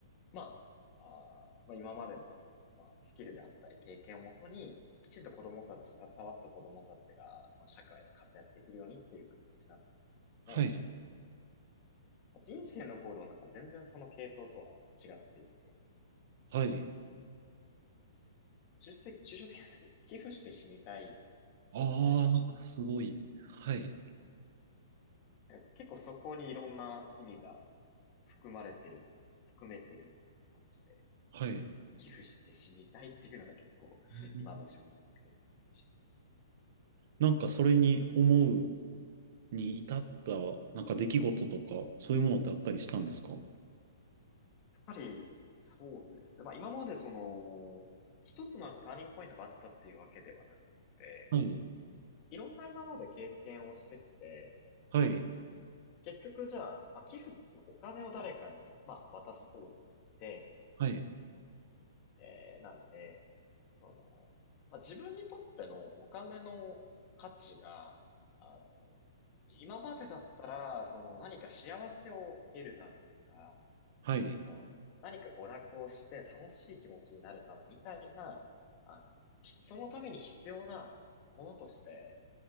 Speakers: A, on the left; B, on the right.
A: まあ、あーまあ、今までの、まあ、スキルであったり経験をもとに、きちんと子供たち、携わった子供たちが、まあ、社会で活躍できるようにっていう形なんですけれども、
B: はい、
A: 人生のゴールはなんか全然その系統とは違っていて、
B: はい。
A: 抽象的、抽象的なんですけど、寄付して死にたい、
B: ああ、
A: 最終的に。
B: すごい。はい、
A: なんか結構そこにいろんな意味が含まれてる、含めてるような感じで、
B: はい。
A: 寄付して死にたいっていうのが結構、<laughs>
B: うん
A: 今の自分の目標な感じでします。
B: なんかそれに思うに至った、なんか出来事とか、そういうものってあったりしたんですかは
A: やっぱり、そうですね。まあ今までその、一つのなんかターニングポイントがあったっていうわけではなくって、
B: い、
A: いろんな今まで経験をしてきて、
B: はい、
A: まあ結局じゃあ、まあ、寄付ってそのお金を誰かに、まあ渡す行為で、
B: はい、
A: えーなんで、その、まあ、自分にとってのお金の価値が、あの、今までだったら、その何か幸せを得るためとか、
B: はい、
A: その何か娯楽をして楽しい気持ちになるためみたいな、あの、ひそのために必要なものとして、